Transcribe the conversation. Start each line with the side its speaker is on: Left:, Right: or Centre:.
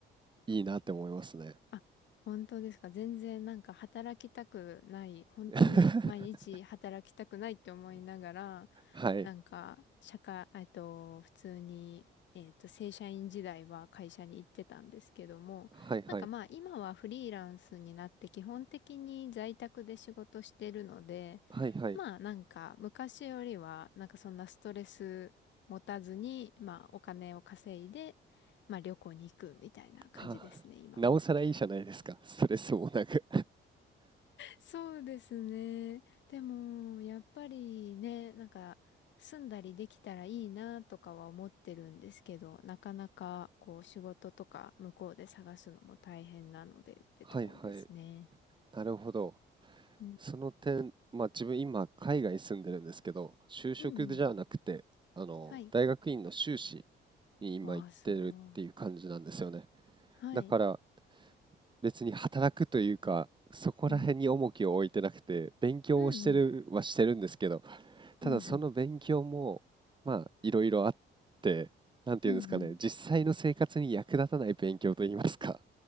Right: いいなって思いますね。
Left: あ、本当ですか。全然なんか働きたくない、本当に毎日働きたくないって思いながら、
Right: <laughs> はい。
Left: なんか社会、えっと、普通に、えっと、正社員時代は会社に行ってたんですけども、
Right: はいはい。
Left: なんかまあ今はフリーランスになって基本的に在宅で仕事してるので、
Right: はいはい。
Left: まあなんか昔よりはなんかそんなストレス持たずに、まあお金を稼いで、まあ旅行に行くみたいな感じですね、
Right: はあ、
Left: 今は。
Right: なおさらいいじゃないですか。ストレスもなく。<laughs>
Left: そうですね。でも、やっぱりね、なんか、住んだりできたらいいなとかは思ってるんですけど、なかなか、こう、仕事とか向こうで探すのも大変なのでってとこですね。
Right: はいはい。なるほど。
Left: うん。
Right: その点、まあ自分今海外住んでるんですけど、就職じゃなくて、
Left: うんうん。
Right: あの、
Left: はい。
Right: 大学院の修士に今行ってるっていう感じなんですよね。
Left: わあ、すごい。はい。
Right: だから別に働くというか、そこら辺に重きを置いてなくて、
Left: うん。
Right: 勉強をしてるはしてるんですけど、
Left: うんうん。
Right: ただその勉強も、
Left: うんうん。
Right: まあいろいろあって、なんていうんですかね、
Left: うんうん。
Right: 実際の生活に役立たない勉強といいますか